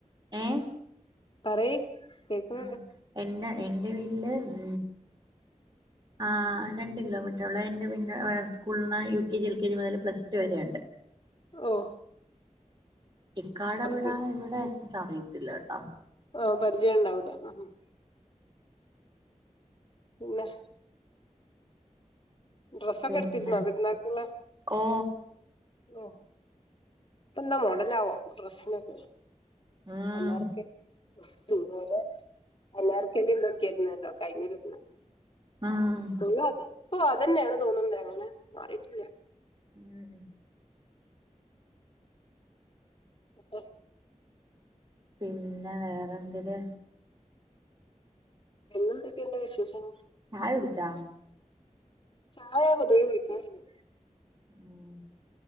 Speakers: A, on the right; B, on the left.
A: ഏഹ്
B: പറയ് കേക്ക്ണ്
A: ഉം
B: ണ്ട്
A: എന്റ എന്റെ വീട്ടില് ഉം ആഹ് രണ്ട് കിലോമീറ്ററെ ഉള്ളൂ എന്റെവീട്ടീന്ന് സ്കൂൾ ന്ന് U K G L K G മുതൽ പ്ലസ് ടു വരെയുണ്ട്
B: ഓഹ്
A: ഇക്കാടെ വീട്
B: പി
A: ഇവിടെ അടുത്ത അറിയത്തില്ല കേട്ടോ
B: ആ പരിചയം ഉണ്ടാവൂലെ ഉം പിന്നെ ഡ്രസ്സൊക്കെട്ത്തിരുന്നോ
A: പിന്നെ
B: പെരുന്നാക്ക്‌ള്ള
A: ഓ
B: ഓ പ്പന്താ മോഡലാവോ ഡ്രസ്സിനൊക്കെ
A: ഉം
B: അനാർക്കലി ഓരോ അനാർക്കലി ഇതൊക്കെ ആയിരുന്നല്ലോ കഴിഞ്ഞ പെരുന്നാക്ക്‌
A: ആഹ്
B: ഫുള്ളാത് ഓഹ് അതന്നേണ് തോന്നുണ്ട്. അങ്ങനെ മാറിട്ടില്ല
A: ഉം ഉം
B: എന്നിട്ട്
A: പിന്നെ വേറെന്തര്
B: എന്നെന്തൊക്കെയുണ്ട് വിശേഷം
A: ചായുടിച്ചാ
B: ചായ പൊതുവേ കുടിക്കാറില്ലാ
A: ഉം